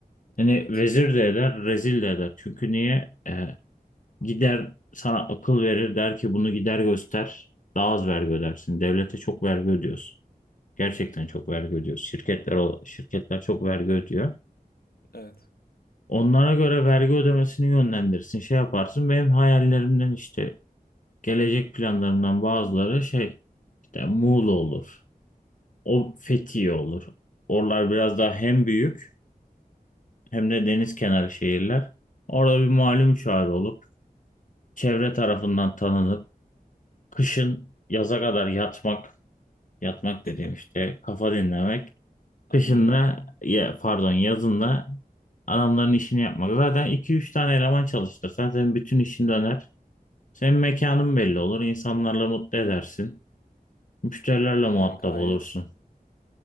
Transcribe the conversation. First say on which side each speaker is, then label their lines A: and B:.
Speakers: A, on the left; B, on the left.
A: Yani
B: Evet.
A: vezir de eder, rezil de eder. Çünkü niye? E, gider sana akıl verir der ki bunu gider göster. Daha az vergi ödersin. Devlete çok vergi ödüyorsun. Gerçekten çok vergi ödüyorsun. Şirketler, o- şirketler çok vergi ödüyor.
B: Evet.
A: Onlara göre vergi ödemesini yönlendirsin. Şey yaparsın. Benim hayallerimden işte gelecek planlarımdan bazıları şey işte Muğla olur. O Fethiye olur. Oralar biraz daha hem büyük hem de deniz kenarı şehirler. Orada bir malum çağrı olup çevre tarafından tanınıp kışın yaza kadar yatmak yatmak dediğim
B: <laughs>
A: işte kafa dinlemek.
B: Anladım.
A: Kışın da ya, pardon yazın da adamların işini yapmak. Zaten iki üç tane eleman çalıştırsan senin bütün işin döner. Senin mekanın belli olur. insanlarla mutlu edersin. Müşterilerle muhatap
B: Yani gayet
A: olursun.